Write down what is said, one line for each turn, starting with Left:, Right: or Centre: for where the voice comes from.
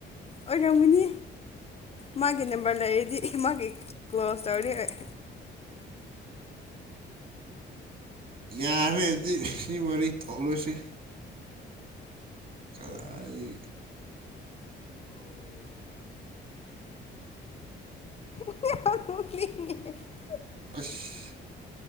Left: ꯑꯣꯏꯔꯝꯒꯨꯅꯤ ꯃꯥꯒꯤ ꯅꯝꯕꯔ ꯂꯩꯔꯗꯤ ꯃꯥꯒꯤ ꯀ꯭ꯂꯣꯁ ꯇꯧꯔꯥꯅꯤ ꯑꯩ
Right: ꯌꯥꯔꯦꯗꯤ ꯁꯤ ꯋꯥꯔꯤ ꯊꯣꯛꯂꯁꯤ ꯀꯗꯥꯏꯗꯒꯤ
Left: <unintelligible>
Right: ꯑꯁ